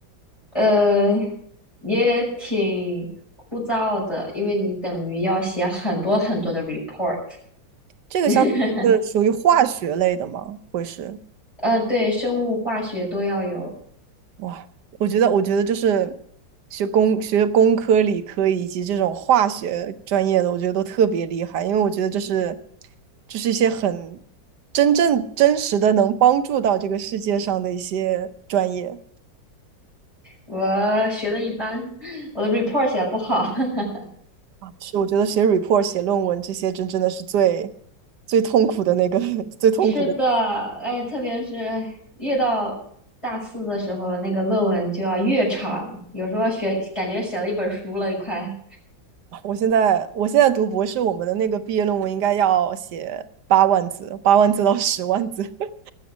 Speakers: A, on the left; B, on the right.
A: 呃，也挺枯燥的，因为你等于要写很多很多的 report。
B: 这个相当于是属于化学类的吗？
A: <laughs>
B: 会是？
A: 嗯，对，生物、化学都要有。
B: 哇，我觉得，我觉得就是学工、学工科、理科以及这种化学专业的，我觉得都特别厉害，因为我觉得这是，这是一些很真正真实的能帮助到这个世界上的一些专业。
A: 我学的一般，<laughs> 我的 report 写的不好。<laughs>
B: 啊是，我觉得写 report、写论文这些，真真的是最最痛苦的那个 <laughs> 最痛苦的。
A: 是的，哎，特别是哎越到大四的时候，那个论文就要越长，有时候写感觉写了一本书了，快。
B: 我现在我现在读博士，我们的那个毕业论文应该要写八万字，八万字到十万字。<laughs>